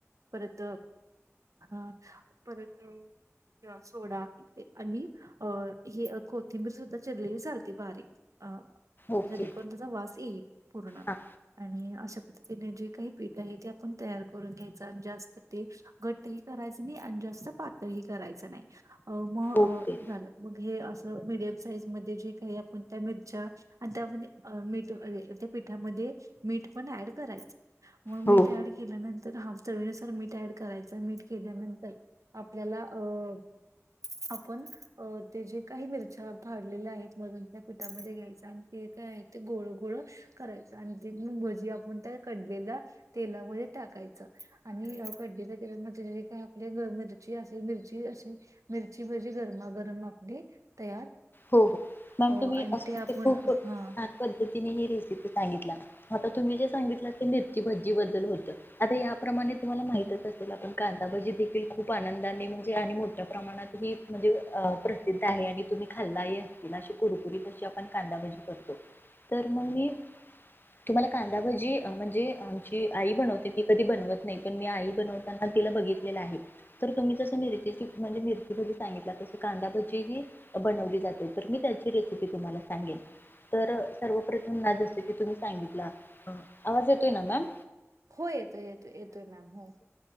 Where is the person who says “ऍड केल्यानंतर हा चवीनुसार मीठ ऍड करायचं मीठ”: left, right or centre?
Right